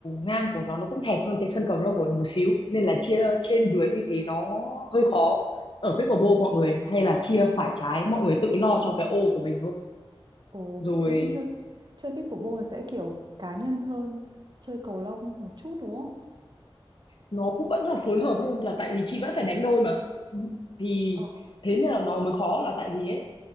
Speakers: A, on the left; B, on the right.
A: ngang của nó nó cũng hẹp hơn cái sân cầu lông của mình một xíu nên là chia trên dưới như thế nó hơi khó ở pickleball mọi người hay là chia phải trái mọi người tự lo cho cái ô của mình thôi
B: Ồ,
A: rồi
B: thế thì chơi chơi pickleball là sẽ kiểu cá nhân hơn chơi cầu lông một chút đúng không?
A: nó cũng vẫn là phối hợp luôn là tại vì chị vẫn phải đánh đôi mà thì
B: Ờ.
A: thế nên là nó mới khó là tại vì ấy